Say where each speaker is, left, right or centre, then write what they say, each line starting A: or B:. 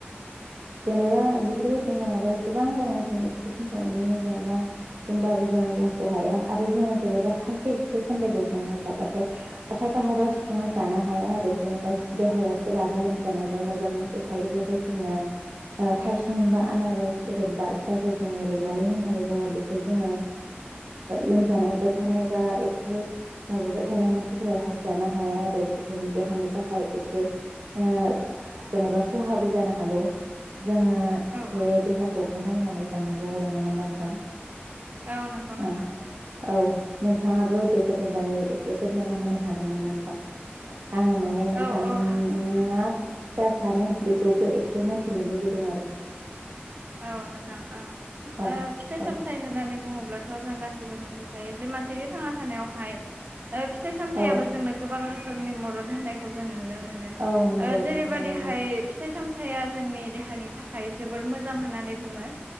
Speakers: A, on the right (about 75°); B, on the right (about 45°).
A: जेनेबा बेफोरबायदिनो आरो गोबां दङ जोंनि फिथाइ- सामथायाइनि जेनेबा बुंबाबो जों बुंस' हाया आरो जोंङो जेनैबा खायसे फिथाइ- सामथाइखौ जोंङो जाबाथाय खायफा खायफा सुबुंङा जानो हाया आरो जेनेबा देहायाव सोरहाबा लोमजानाय एबा माबा माबा मोनसे थायोब्ला जोंङो थाइसुं बा आनारस जै बा जायखौ जोंङो रैमालि होननानै बुङो बेखौ जोंङो लोमजानाय बाय थानाय एबा एसे माबाबाय थानाय मानसिफोराहाय जानो हाया आरो जोंनि देहानि थाखाय एसे ओ जेनेबा खहाबो जानो हागौ। जोंङो
B: औ
A: एसे
B: औ
A: देहाखौबो नायनानै जानांगौ आरो नङा होमबा नोंथां?
B: औ नंगौ नोंथां।
A: औ औ नोंथाङाबो बेफोरनि बागै एसे फोरमायना होनो हागोन नामा नोंथां? आंङो माने नोंथाङा
B: औ औ हा-
A: जा सानो बेखौबो एसे मोनथिनो लुबैदों आरो
B: औ नोंथां औ
A: औ
B: ओ फिथाइ सामथाय
A: औ
B: होननानै बुङोब्ला थ' जों गासिबो मिथिखायो जे मानसिनि थांना थानायावहाय फिथाइ सामथायाबो
A: औ
B: जोंनो गोबां रोखोमनि मदद होनायखौ जों नुनो मोनो
A: औ नंगौ
B: जेरैबादिहाय
A: नोंथां नंगौ
B: फिथाइ सामथाइया जोंनि देहानि थाखाय जोबोद मोजां मोजां होननानै बुङो।